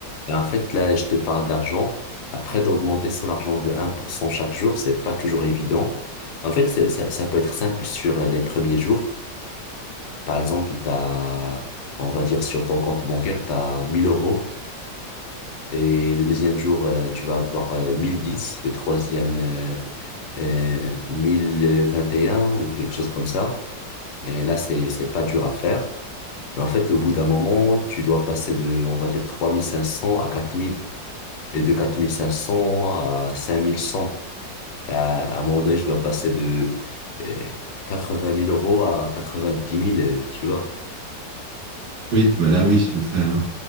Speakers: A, on the left; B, on the right.
A: Et en fait, là, je te parle d'argent. Après, d'augmenter son argent de un pour cent chaque jour, c'est pas toujours évident. En fait, c'est- ça, ça peut être simple sur euh, les premiers jours. Par exemple, t'as, on va dire sur ton compte bancaire, t'as 1000 euros et le deuxième jour, euh, tu vas avoir euh, 1010 le troisième, euh, euh, 1021 ou quelque chose comme ça. Et là, c'est, c'est pas dur à faire. Mais en fait, au bout d'un moment, tu dois passer de, on va dire, 3500 à 4000 et de 4500 à 5100. Et À, à un moment donné, je dois passer de euh, vingt mille euros à 90 000, euh, tu vois.
B: Oui, bah là oui, enfin